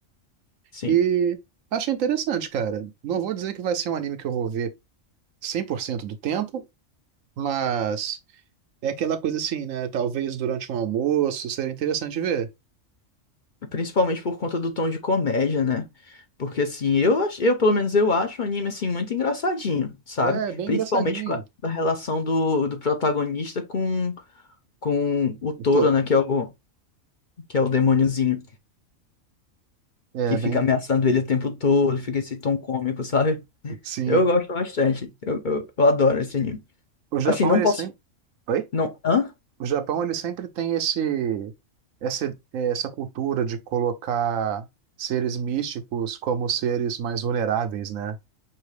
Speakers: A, on the left; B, on the right.
A: sim.
B: E achei interessante, cara. Não vou dizer que vai ser um anime que eu vou ver 100% do tempo, mas. É aquela coisa assim, né? Talvez durante um almoço seria interessante ver.
A: É Principalmente por conta do tom de comédia, né? Porque assim, eu, ach- eu pelo menos eu acho o anime assim muito engraçadinho, sabe?
B: É, bem
A: Principalmente
B: engraçadinho.
A: com a, da relação do, do protagonista com, com o touro,
B: Pô,
A: né? Que é o, que é o demôniozinho
B: é
A: que fica
B: bem.
A: ameaçando ele o tempo todo, fica esse tom cômico, sabe?
B: Sim.
A: Eu gosto bastante. Eu, eu, eu adoro esse anime.
B: O Japão,
A: Assim, não
B: ele
A: posso.
B: sempre. Oi?
A: Não. Hã?
B: O Japão, ele sempre tem esse. Essa, é, essa cultura de colocar seres místicos como seres mais vulneráveis, né?